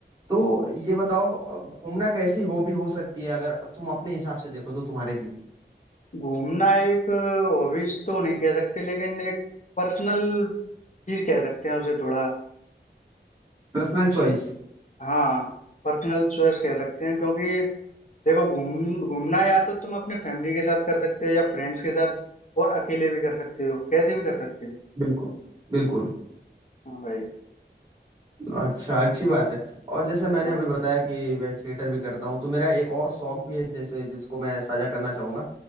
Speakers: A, on the right (about 20°); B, on the left (about 45°).
A: तो ये बताओ अ, घूमना कैसी हॉबी हो सकती है अगर तुम अपने हिसाब से देखो तो तुम्हारे लिए
B: घूमना एक हॉबीज तो नहीं कह सकते लेकिन एक पर्सनल चीज कह सकते हैं उसे थोड़ा
A: Personal choice
B: हाँ पर्सनल चॉइस कह सकते हैं क्योंकि देखो घूम घूमना या तो तुम अपने फैमिली के साथ कर सकते हो या फ्रेंड्स के साथ और अकेले भी कर सकते हो कैसे भी कर सकते हो
A: बिल्कुल बिल्कुल
B: हाँ भाई
A: अच्छा अच्छी बात है और जैसे मैंने
B: हाँ
A: अभी बताया कि मैं थिएटर भी करता हूँ तो मेरा एक और शौक भी है जैसे जिसको मैं साझा करना चाहूंगा